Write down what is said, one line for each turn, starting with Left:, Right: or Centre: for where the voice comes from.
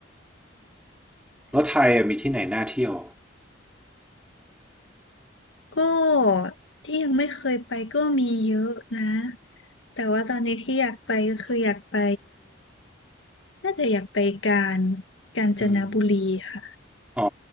Centre: แล้วไทยอะมีที่ไหนน่าเที่ยว
Left: ก็ที่ยังไม่เคยไปก็มีเยอะนะแต่ว่าตอนนี้ที่อยากไปก็คืออยากไปน่าจะอยากไปกาญกาญจนบุรีค่ะ
Centre: อืมอ๋อ